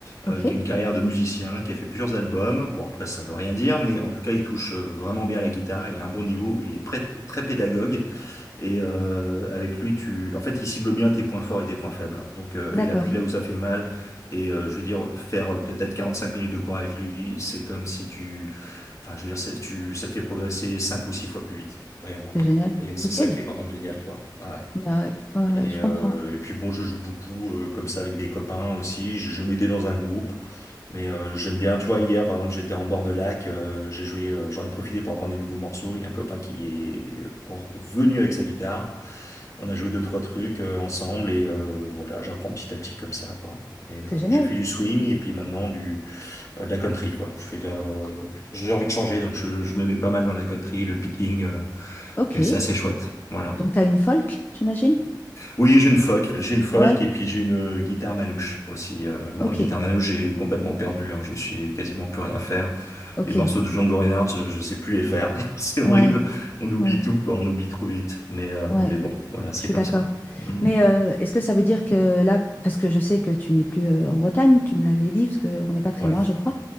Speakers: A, on the left; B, on the left.
A: euh,
B: Ok.
A: qui a une carrière de musicien, qui a fait plusieurs albums. Bon après ça veut rien dire, mais en tout cas il touche euh, vraiment bien la guitare, il a un bon niveau, il est prêt- très pédagogue et euh, avec lui tu en fait il cible bien tes points forts et tes points faibles. Donc euh,
B: D'accord.
A: il appuie là où ça fait mal et euh, je veux dire faire euh, peut-être 45 minutes de cours avec lui, c'est comme si tu Enfin, je veux dire, ça, tu, ça te fait progresser cinq ou six fois plus vite, réellement.
B: C'est génial.
A: Et c'est
B: Ok.
A: ça qui est vraiment génial, quoi. Ouais. ouais.
B: Bah ouais, ouais, ouais,
A: Et,
B: je comprends.
A: euh, et puis bon, je joue beaucoup euh, comme ça avec des copains aussi. Je, je m'étais dans un groupe, mais euh, j'aime bien. Tu vois, hier, par exemple, j'étais en bord de lac. euh, j'ai joué, euh, j'en ai profité pour apprendre des nouveaux morceaux. Il y a un copain qui est venu avec sa guitare. On a joué deux, trois trucs euh, ensemble et euh, voilà, j'apprends petit à petit comme ça, quoi. Et
B: C'est
A: euh,
B: génial.
A: j'ai fait du swing et puis maintenant du euh, de la country, quoi. Je fais le... J'ai envie de changer, donc je, je me mets pas mal dans la country, le picking, euh,
B: Ok.
A: et c'est assez chouette. Voilà.
B: Donc, tu as une folk, j'imagine?
A: Oui, j'ai une folk, j'ai une folk,
B: Ouais.
A: et puis j'ai une euh, guitare manouche aussi. Euh, bon,
B: Ok.
A: la guitare manouche, j'ai complètement perdu, hein. Je sais quasiment plus rien faire.
B: Ok.
A: Les morceaux de Django Reinhardt, je, je sais plus les faire. <laughs> C'est horrible.
B: Ouais.
A: On oublie
B: Ouais.
A: tout, quoi. On oublie trop vite. Mais, euh,
B: Ouais.
A: mais bon, voilà, c'est
B: Je suis
A: comme
B: d'accord.
A: ça. Mhm.
B: Mais euh, est-ce que ça veut dire que là, parce que je sais que tu n'es plus euh, en Bretagne, tu me l'avais dit, parce qu'on n'est pas très
A: Ouais.
B: loin, je crois.